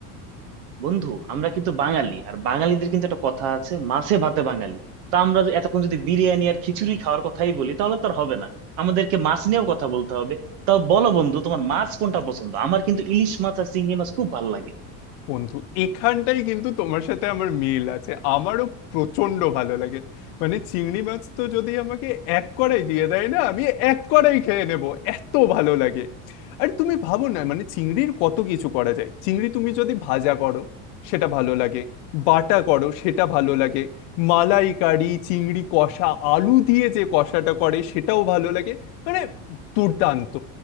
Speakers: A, on the right (about 75°); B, on the left (about 75°).
A: বন্ধু আমরা কিন্তু বাঙালি আর বাঙালিদের কিন্তু একটা কথা আছে মাছে ভাতে বাঙালি তো আমরা যে- এতক্ষণ যদি বিরিয়ানি আর খিচুড়ি খাওয়ার কথাই বলি তাহলে তো আর হবে না আমাদেরকে মাছ নিয়েও কথা বলতে হবে তাও বলো বন্ধু তোমার মাছ কোনটা পছন্দ আমার কিন্তু ইলিশ মাছ আর চিংড়ি মাছ খুব ভালো লাগে
B: বন্ধু এখানটাই কিন্তু তোমার সাথে আমার মিল আছে আমারও প্রচন্ড ভালো লাগে মানে চিংড়ি মাছ তো যদি আমাকে এক কড়াই দিয়ে দেয় না আমি এক কড়াই খেয়ে নেব এত ভালো লাগে আর তুমি ভাবো না মানে চিংড়ির কত কিছু করা যায় চিংড়ি তুমি যদি ভাজা করো সেটা ভালো লাগে বাটা করো সেটা ভালো লাগে মালাই কারি চিংড়ি কষা আলু দিয়ে যে কষাটা করে সেটাও ভালো লাগে মানে দুর্দান্ত